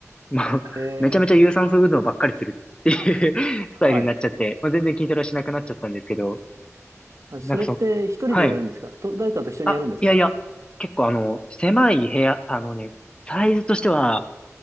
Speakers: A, on the left; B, on the right.
A: もう、
B: へえ。
A: <laughs> めちゃめちゃ有酸素運動ばっかりするっていう <laughs> スタイルになっちゃって、
B: はい。
A: まあ、全然筋トレはしなくなっちゃったんですけど、
B: あそれって一人でやるんですかと、
A: なんかそ、はい。
B: 誰かと一緒にやるんですか
A: あ、いやいや、結構あの、狭い部屋、あのね、サイズとしては、